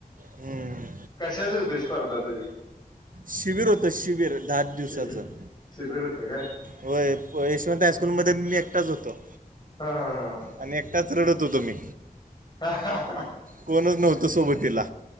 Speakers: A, on the right; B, on the left.
A: हम्म,
B: कशाच होती स्पर्धा तुझी.
A: शिबिर होतं शिबिर दहा दिवसाचं.
B: शिबिर शिबिर होतं काय.
A: होय यशवंत हायस्कूलमध्ये मी एकटाच होतो.
B: हा हा हा हा.
A: आणि एकटाच रडत होतो मी.
B: का हा हा ह.
A: कोणच नव्हतं सोबतीला.